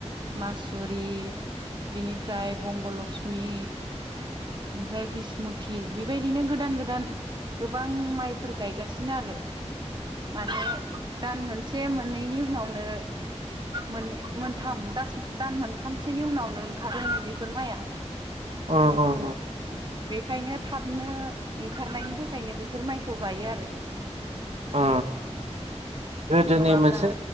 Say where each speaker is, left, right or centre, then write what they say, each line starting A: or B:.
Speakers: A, on the right; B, on the right.
A: मासुरि बिनिफ्राय बंग लक्ष्मि ओमफाय बिसमुथि बेबायदिनो गोदान गोदान गो बां माइफोर गायगासिनो आरो माने दान मोनसे मोननैनि उनावनो मोननै मोनथाम दास दान मोनथामसोनि उनावनो ओंखारोमोन बेफोर माइआ ।
B: उम उम
A: उम बेखायनो थाबनो ओंखारनायनि थाखायनो बे फोर माइखौ गायो आरो।
B: अ गोदोनि
A: नङाब्ला
B: मोनसे